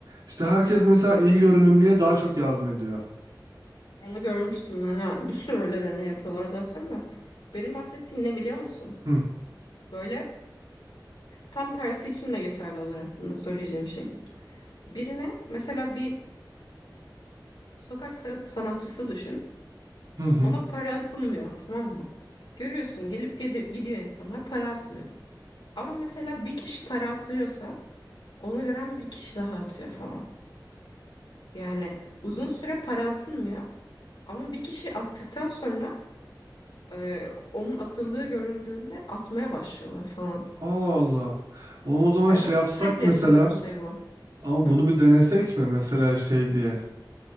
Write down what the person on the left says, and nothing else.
Onu görmüştüm ben. Ha, bir sürü öyle deney yapıyorlar zaten de. Benim bahsettiğim ne biliyor musun?
Böyle tam tersi için de geçerli oluyor aslında söyleyeceğim şeyin. Birine mesela bir sokak sa- sanatçısı düşün.
Ona para atılmıyor tamam mı? Görüyorsun gelip gidi- gidiyor insanlar para atmıyor. Ama mesela bir kişi para atıyorsa onu gören bir kişi daha atıyor falan. Yani uzun süre para atılmıyor ama bir kişi attıktan sonra e, onun atıldığı görüldüğünde atmaya başlıyorlar falan.
Evet,
sürekli
yaşanan bir şey bu.
Hı.